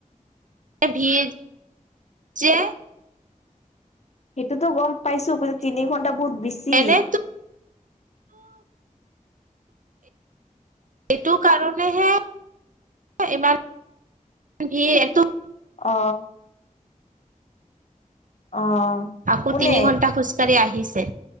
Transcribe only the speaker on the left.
সেইটোতো গম পাইছো কিন্তু তিনি ঘন্টা বহুত বেছি।
অ। অ!
কোনে